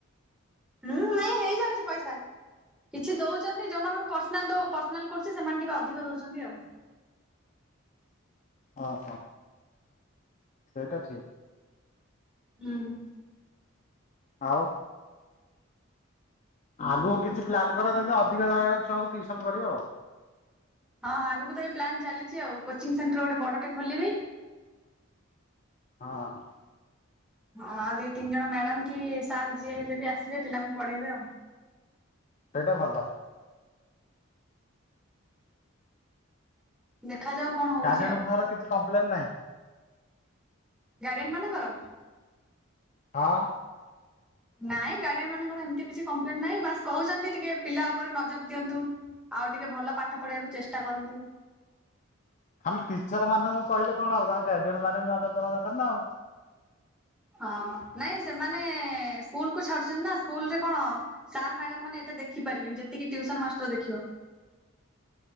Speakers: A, in the centre; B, on the left.
A: ହୁଁ ନାଇଁ ହେଇଯାଉଚି ପଇସା। କିଛି ଦଉଛନ୍ତି ଯୋଉମାନଙ୍କୁ ପର୍ସନାଲ ଦୋ ପର୍ସନାଲ କରୁଛି ସେମାନେ ଟିକେ ଅଧିକ ଦଉଛନ୍ତି ଆଉ।
B: ଓହୋ। ସେଇଟା ଠିକ୍।
A: ହୁଁ।
B: ଆଉ ଆଗକୁ କିଛି ପ୍ଲାନ୍ କର ଯେମତି ଅଧିକ ଜଣଣ ଛୁଆଙ୍କୁ ଟିଉସନ କରିବ ଆଉ।
A: ହଁ ଆଗକୁ ତ ଏଇ ପ୍ଲାନ୍ ଚାଲିଛି ଆଉ କୋଚିଂ ସେଣ୍ଟର ଗୋଟେ ବଡଟେ ଖୋଲିବି।
B: ହଁ।
A: ହଁ, ଆଉ ଦି ତିନି ଜଣ ମ୍ୟାଡାମ କି ସାର୍ ଯିଏ ହେଲେ ବି ଆସିବେ ପିଲାଙ୍କୁ ପଢେଇବେ ଆଉ।
B: ସେଇଟା ଭଲ।
A: ଦେଖାଯାଉ କଣ ହଉଛି
B: ଗାର୍ଡିଆନ୍
A: ଆଉ
B: ଙ୍କର କିଛି କମ୍ପ୍ଲେନ୍ ନାହିଁ?
A: ଗାର୍ଡିଆନ୍ ମାନଙ୍କର?
B: ହଁ।
A: ନାଇଁ ଗାର୍ଡିଆନ୍ ମାନଙ୍କର ଏମିତି କିଛି କମ୍ପ୍ଲେନ ନାହିଁ, ବାସ୍ କହୁଛନ୍ତି ଟିକେ ପିଲା ଉପରେ ନଜର ଦିଅନ୍ତୁ। ଆଉ ଟିକେ ଭଲ ପାଠ ପଢେଇବାକୁ ଚେଷ୍ଟା କରନ୍ତୁ।
B: ଖାଲି ଟିଚର ମାନଙ୍କୁ କହିଲେ କଣ ହବ, ତାଙ୍କ ଗାର୍ଡିଆନ ମାନେ ବି ନଜର ଦବା ଦରକାର ନା ଆଉ।
A: ହଁ ନାଇଁ ସେମାନେ ସ୍କୁଲ କୁ ଛାଡୁଛନ୍ତି ନା, ସ୍କୁଲ ରେ କଣ ସାର୍ ମ୍ୟାଡାମ ମାନେ ଏତେ ଦେଖିପାରିବେନି, ଯେତିକି ଟିଉସନ ମାଷ୍ଟର ଦେଖିବ।